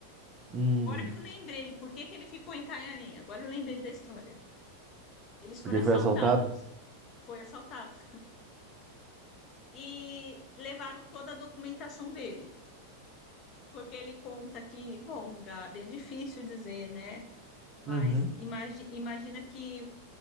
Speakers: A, on the right; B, on the left.
A: Hum,
B: Agora que eu lembrei, por que que ele ficou em Itanhaém? Agora eu lembrei da história. Eles foram
A: porque
B: assaltados.
A: foi assaltado?
B: Foi assaltado. E levaram toda a documentação dele. Porque ele conta que, bom, Gabi, é difícil dizer, né? Mas
A: Uhum.
B: imagi- imagina que